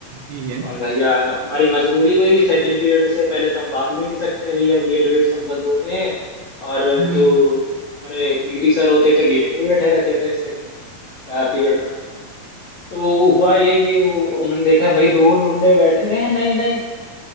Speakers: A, on the right (about 80°); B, on the left (about 70°).
A: ही है
B: और भैया हमारी मजबूरी वही है, सेकंड पीरियड से पहले तो हम भाग भी नहीं सकते भैया गेट वेट सब बंद होते हैं और
A: हम्म,
B: जो हमारे पीटी सर होते थे गेट पे ही बैठे रहते थे सेकंड पीरियड तक तो हुआ ये कि वो- उन्होंने देखा भाई दो लौंडे बैठे हैं नहीं नहीं